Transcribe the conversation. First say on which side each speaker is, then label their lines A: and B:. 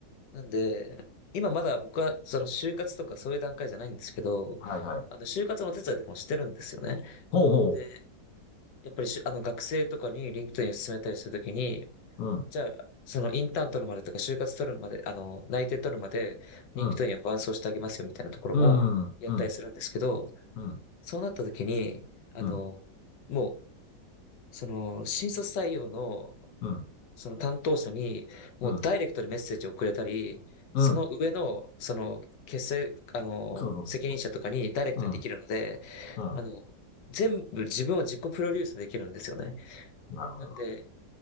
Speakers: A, on the left; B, on the left.
A: なんで、今まだ僕はその就活とかそういう段階じゃないんですけど、
B: はいはい。
A: あの、就活のお手伝いとかもしてるんですよね。
B: ほうほ
A: で、やっぱりしゅあの、学生とかに LinkedIn を勧めたりするときに、
B: う。うん。
A: じゃあ、そのインターン取るまでとか、就活取るまで、あの、内定取るまで、人気党員を伴走してあげますよみたいなところもやったりするんですけど、
B: うん。うん、うん、うん、うん、
A: そうなった時に、あの、
B: うん、
A: もう、その、新卒採用の、
B: うん、
A: その担当者に、もうダイレクトにメッセージをくれたり、
B: うん、うん
A: その上の、その、結成、あの、
B: そうそうそうそ
A: 責任者とかにダイレクトにできるので、
B: う。うん、う
A: あの、全部自分を自己プロデュースできるんですよね。
B: ん。なるほど。
A: なんで、